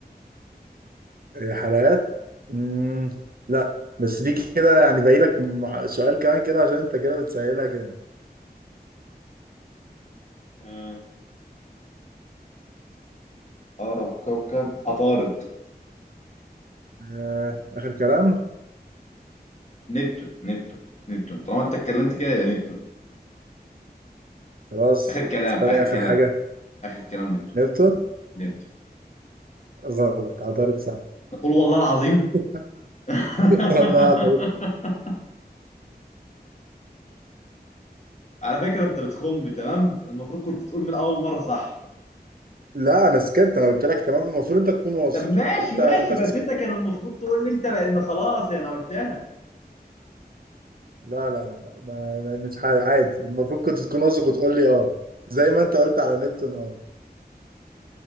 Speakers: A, on the right; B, on the left.
A: إيه، حلقات مم. لا بس دي كده يعني باقي لك مح- سؤال كمان كده عشان انت كده بتسهلها جامد
B: آه، أقرب كوكب عطارد
A: آه. اخر كلام
B: نبتون نبتون نبتون طالما أنت اتكلمت كده يبقى نبتون
A: خلاص
B: آخر كلام
A: تختار
B: آخر
A: ايه اخر
B: كلام
A: حاجه
B: آخر كلام نبتون
A: نيوتن
B: نبتون
A: غلط عطارد صح
B: قول والله العظيم
A: <laughs>
B: <laughs>
A: والله عطارد
B: على فكرة أنت بتخم تمام المفروض كنت تقول من أول مرة صح
A: لا انا سكت انا قلت لك تمام المفروض انت تكون واثق
B: طب ماشي
A: انت
B: ماشي
A: انت سكت
B: بس أنت كان المفروض تقول لي أنت لأن خلاص يعني أنا قلتها
A: لا لا لا لا ما- ما- مش ح- عادي المفروض كنت تكون واثق وتقول لي اه زي ما انت قلت على نيوتن اه